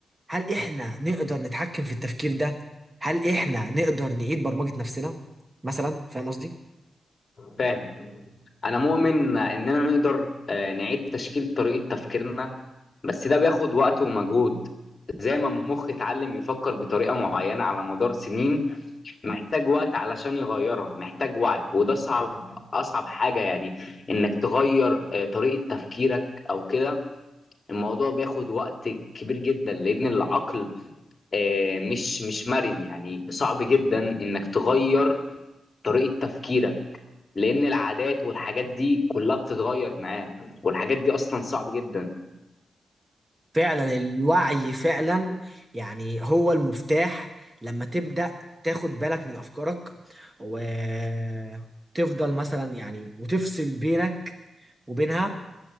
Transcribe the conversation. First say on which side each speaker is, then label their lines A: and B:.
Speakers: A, on the right; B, on the left.
A: هل إحنا نقدر نتحكم في التفكير ده؟ هل إحنا نقدر نعيد برمجة نفسنا مثلا؟ فاهم قصدي؟
B: فاهم أنا مؤمن إننا نقدر آه، نعيد تشكيل طريقة تفكيرنا بس ده بياخد وقت ومجهود زي ما المخ اتعلم يفكر بطريقة معينة على مدار سنين محتاج وقت علشان يغيرها محتاج وعي وده صعب أصعب حاجة يعني إنك تغير آه، طريقة تفكيرك أو كده الموضوع بياخد وقت كبير جدا لأن العقل آه، مش مش مرن يعني صعب جدا انك تغير طريقة تفكيرك لان العادات والحاجات دي كلها بتتغير معاه والحاجات دي اصلا صعب جدا
A: فعلا الوعي فعلا يعني هو المفتاح لما تبدأ تاخد بالك من أفكارك وتفضل مثلا يعني وتفصل بينك وبينها